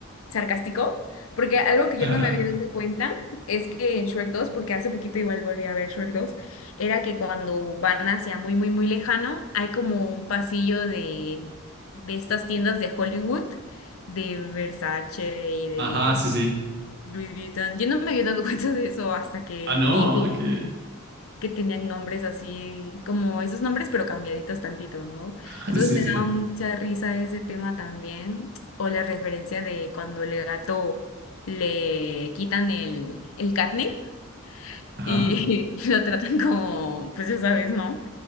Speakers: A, on the left; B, on the right.
A: sarcástico, porque algo que yo
B: <laughs>
A: no me había dado cuenta es que en Shrek dos porque hace poquito igual volví a ver Shrek dos era que cuando van hacia muy, muy, muy lejano, hay como un pasillo de, de estas tiendas de Hollywood, de Versace y de...
B: Ajá, sí, sí.
A: Louis Vuitton. Yo no me había dado <laughs> cuenta de eso hasta que
B: Ah, no,
A: vi que
B: ok.
A: que tenían nombres así, como esos nombres, pero cambiaditos tantito, ¿no?
B: <laughs>
A: Entonces
B: Sí,
A: me
B: sí.
A: daba mucha risa ese tema también, o la referencia de cuando el gato le quitan el, el catnip
B: Ajá.
A: y, <laughs> lo tratan como, pues ya sabes, ¿no?